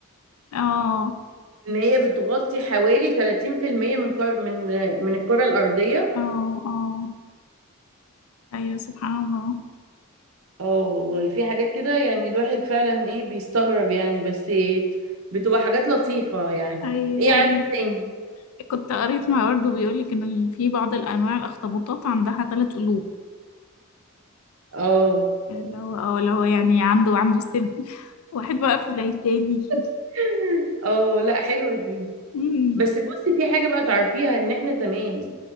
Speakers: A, on the left; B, on the right.
A: اه
B: إن هي بتغطي حوالي 30% من قار... من من الكرة الأرضية
A: اه اه ايوه سبحان الله
B: اه والله في حاجات كده يعني الواحد فعلا إيه بيستغرب يعني بس إيه بتبقى حاجات لطيفة يعني
A: ايوه
B: إيه عندك
A: ايوه
B: تاني
A: كنت قريت مع برضه بيقول لك ان ال- في بعض الانواع الاخطبوطات عندها ثلاث قلوب
B: اه
A: اللي هو اه اللي هو يعني عنده عنده سن <laughs> واحد واقف زي التاني
B: <laughs> اه لا حلوة دي
A: أمم.
B: بس بصي في حاجة بقى تعرفيها ان احنا زمان